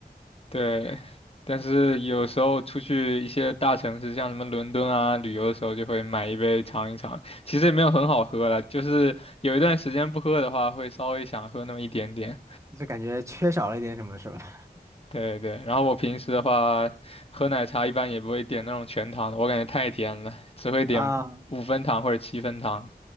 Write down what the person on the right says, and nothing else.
就感觉缺少了一点什么什么。<laughs>
啊，